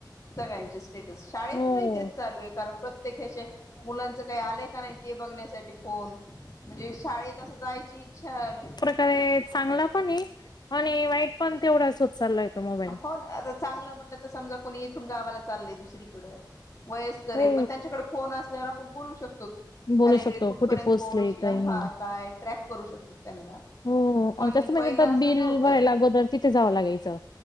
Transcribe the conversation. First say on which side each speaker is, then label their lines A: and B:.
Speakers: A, on the left (about 40°); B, on the left (about 65°).
A: सगळ्यांचे स्टेटस शाळेतूनही
B: हो
A: तेच, चालू आहे. कारण प्र ते कसे मुलांच काही, आलंय का नाही ते? बघण्यासाठी फोन? म्हणजे शाळेत असं! जायची इच्छा! !
B: तय चांगला पण आहे आणि, वाईट पण तेवढाच होत चाललाय. तो मोबाईल
A: आप आता चांगलं म्हणलं तर समजा, कुणी इथून! गावाला चाललंय दुसरीकडं!. वयस्करे
B: हो
A: पण त्यांच्याकडे फोन असल्यावर आपण, बोलू शकतो!.
B: बोलू
A: अरे
B: शकतो
A: काई कुठपर्यंत
B: कुठे पोहोचले
A: पोहोचला,
B: काही नाही
A: हा! काय ट्रॅक करू शकलो त्यांना?.
B: हो!
A: पण
B: आणि तसं म्हणजे
A: पहिलं
B: परत
A: असं
B: बिल
A: नव्हतं
B: भरायला, अगोदर तिथे जावं लागायचं.